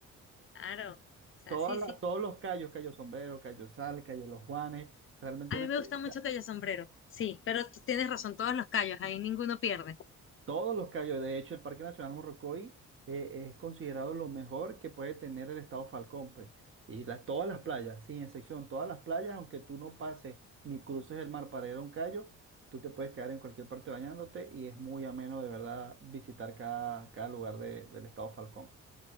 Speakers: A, on the left; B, on the right.
A: Claro. O sea,
B: Todas
A: sí,
B: la-
A: sí.
B: todos los callos, Cayo Sombrero, Cayo Sal, Cayo Los Juanes, realmente
A: A
B: una
A: mí
B: experiencia.
A: me gusta mucho Cayo Sombrero. Sí, pero tú tienes razón, todos los callos, ahí ninguno pierde.
B: Todos los callos, de hecho, el Parque Nacional Morrocoy eh, es considerado lo mejor que puede tener el estado Falcón, pues. Y la- todas las playas, sin excepción, todas las playas, aunque tú no pases ni cruces el mar para ir a un callo, tú te puedes quedar en cualquier parte bañándote y es muy ameno, de verdad, visitar cada, cada lugar de- del estado Falcón.